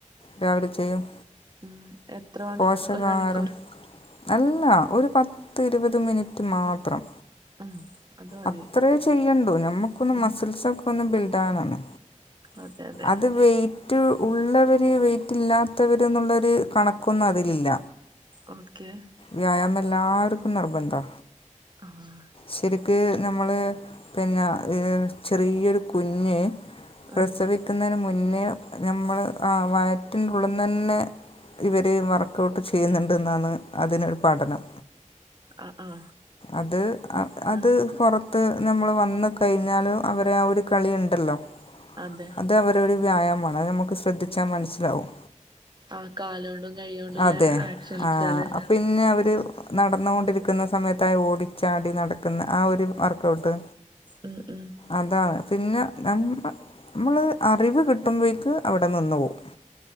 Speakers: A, on the left; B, on the right.
A: രാവിലെ ചെയ്യും.
B: ഉം എത്ര മണി
A: പോഷകാഹാരം
B: ഒരു മണിക്കൂർ.
A: അല്ല ഒരു പത്ത് ഇരുപത് മിനിറ്റ് മാത്രം.
B: ഉം അത് മതി
A: അത്രേ ചെയ്യണ്ടു ഞമ്മുക്കൊന്ന്
B: ഉം
A: മസിൽസൊക്കെ ഒന്ന് ബില്ഡ് ആകാനാണ്.
B: അതെ അതെ
A: അത് വെ യിറ്റ് ഉള്ളവര് വെയിറ്റ് ഇല്ലാത്തവര് എന്നുള്ളൊരു കണക്കൊന്നും അതിലില്ല.
B: ഓക്കെ.
A: വ്യായാമം എല്ലാവർക്കും നിർബന്ധാ.
B: ആഹ്.
A: ശരിക്ക് ഞമ്മള് പിന്നെ ചെറിയൊരു കുഞ്ഞ്. പ്രസവിക്കുന്നതിന്
B: ഉം
A: മുന്നേ ഞമ്മള് ആഹ് വയറ്റിനുള്ളിന്ന് തന്നെ. ഇവര് വർക്ക്ഔട്ട് ചെയ്യുന്നുണ്ടെന്നാണ് അതിനൊരു പഠനം.
B: ആഹ്.
A: അത് അത്
B: ആഹ്
A: പുറത്ത് നമ്മള് വന്ന് കഴിഞ്ഞാലു. അവരെ ആഹ് ഒരു കളി ഉണ്ടല്ലോ.
B: അതെ
A: അത് അവരെ ഒരു വ്യായാമമാണ് അത് നമുക്ക് ശ്രദ്ധിച്ചാൽ മനസ്സിലാവും.
B: ആഹ് കാലു കൊണ്ടും കൈ കൊണ്ടും ഉള്ള
A: അതെ
B: ആക്ഷൻസുകള്.
A: ആ അ പിന്നെ അവര് നടന്നുകൊണ്ടിരിക്കുന്ന സമയത്തായി ഓടിച്ചു. ചാടി നടക്കുന്ന ആഹ് ഒരു വർക്ക് ഔട്ട്.
B: ഉം ഉം.
A: അതാണ് പിന്നെ നമ്മ നമ്മൾ അറിവ് കിട്ടുമ്പോഴേക്ക് അവിടെ നിന്ന് പോവും.